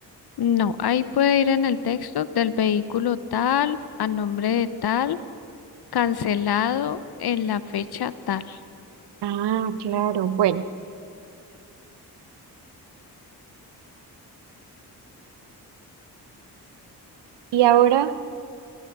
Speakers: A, on the left; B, on the right.
A: No, ahí puede ir en el texto del vehículo tal, a nombre de tal, cancelado en la fecha tal.
B: Ah, claro. Bueno, y ahora,